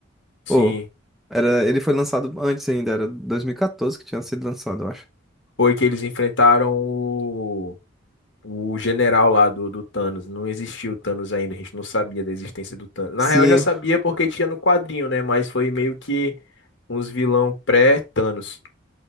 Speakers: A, on the left; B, in the centre.
A: Sim.
B: Ou. Era, ele foi lançado antes ainda, era 2014 que tinha sido lançado, eu acho.
A: Foi que eles enfrentaram o. O general lá do, do Thanos, não existia o Thanos ainda, a gente não sabia da existência do Thanos. Na
B: Sim.
A: real, já sabia porque tinha no quadrinho, né? Mas foi meio que uns vilão pré-Thanos.